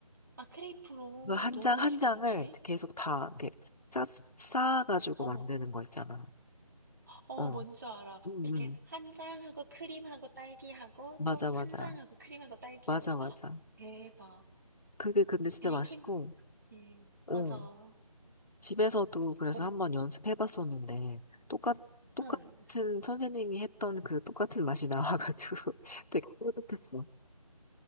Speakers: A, on the right; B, on the left.
A: 아, 크레이프로
B: 그 한
A: 너무
B: 장,
A: 맛있겠는데?
B: 한 장을 계속 다 이렇게 싸, 싸가지고
A: 어,
B: 만드는 거 있잖아.
A: 어,
B: 어,
A: 뭔지 알아.
B: 응응.
A: 이렇게 한 장하고 크림하고 딸기하고
B: 맞아,
A: 또
B: 맞아.
A: 한 장하고 크림하고 딸기하고.
B: 맞아, 맞아.
A: 대박.
B: 그게 근데 진짜
A: 베이킹
B: 맛있고,
A: 하지.
B: 어,
A: 맞아.
B: 집에서도 그래서
A: 뭔,
B: 한번 연습해 봤었는데, 똑같, 똑같은
A: 응.
B: 선생님이 했던 그 똑같은 맛이 나와가지고 <laughs> 되게 뿌듯했어.